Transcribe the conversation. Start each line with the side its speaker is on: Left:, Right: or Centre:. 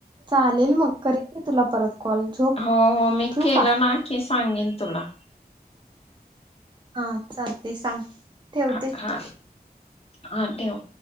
Right: चालेल मग करिन की तुला परत कॉल झोप
Left: हो हो मी
Right: ठेवू
Left: केलं
Right: का?
Left: ना की सांगीन. तुला.
Right: हा. चालतय, सांग ठेवते.
Left: हा हा हा ठेव.